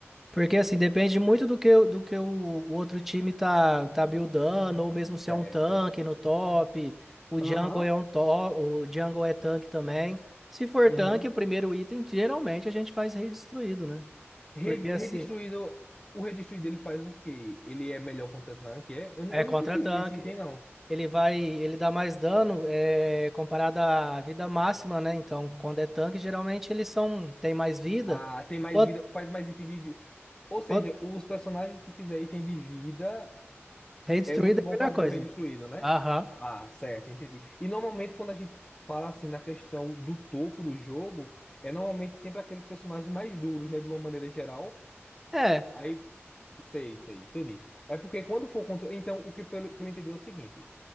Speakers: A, in the centre; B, on the left.
A: Porque assim, depende muito do que, o- do que o, o outro time tá, tá buildando, ou mesmo se
B: certo.
A: é um tanque no top, o
B: Aham.
A: jungle é um top, o jungle é tanque também. Se for
B: Uhum.
A: tanque, o primeiro item, geralmente a gente faz rei destruído, né?
B: Re-
A: Porque assim,
B: Redistruído, o redistruído ele faz o quê? Ele é melhor contra tanque, é? Eu, nu-
A: é
B: eu
A: contra-tanque,
B: nunca fiz esse item, não.
A: ele vai, ele dá mais dano é, comparado à vida máxima, né? Então, quando é tanque, geralmente eles são, tem mais vida.
B: Ah, tem mais
A: Enquanto-
B: vida, faz mais item de vida. Ou seja,
A: enquanto
B: os personagens que fizer item de vida,
A: Rei destruído
B: é muito
A: é
B: bom
A: a melhor
B: fazer
A: coisa.
B: o redistruído, né?
A: Aham.
B: Ah, certo, entendi. E normalmente quando a gente fala assim na questão do topo do jogo, é normalmente sempre aqueles personagens mais duros, né? De uma maneira geral.
A: É,
B: Aí, sei, sei, entendi. É porque quando for contra. Então, o que, pelo que eu entendi é o seguinte.